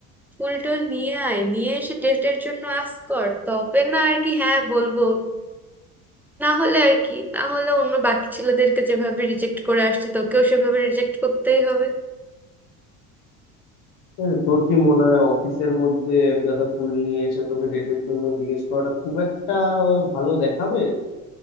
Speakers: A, in the centre; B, on the left.
A: ফুল টুল নিয়ে আয় নিয়ে এসে ডেটের জন্য আস কর তবে না আর কি হ্যাঁ বলবো না হলে আর কি না হলে অন্য বাকি ছেলেদেরকে যেভাবে রিজেক্ট করে আসছি তোকেও সেভাবে রিজেক্ট করতেই হবে
B: হ্যাঁ, তোর কি মনে হয় অফিসের মধ্যে এক গাদা ফুল নিয়ে এসে তোকে ডেটের জন্য জিজ্ঞেস করাটা খুব একটা ভালো দেখাবে